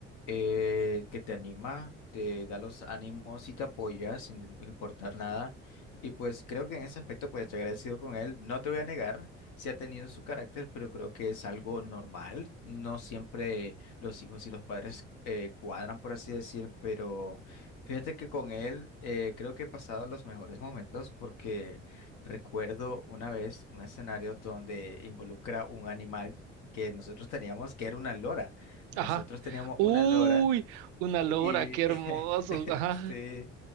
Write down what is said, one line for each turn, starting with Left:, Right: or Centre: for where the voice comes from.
Left: eh, que te anima, te da los ánimos y te apoya sin importar nada. Y pues creo que en ese aspecto pues estoy agradecido con él. No te voy a negar, sí ha tenido su carácter, pero creo que es algo normal. No siempre los hijos y los padres eh, cuadran, por así decir, pero fíjate que con él eh, creo que he pasado los mejores momentos porque recuerdo una vez un escenario donde involucra un animal que nosotros teníamos, que era una lora. Nosotros
Right: Ajá.
Left: teníamos
Right: Uy,
Left: una lora
Right: una lora,
Left: y
Right: qué hermoso.
Left: <laughs>
Right: Ajá.
Left: sí.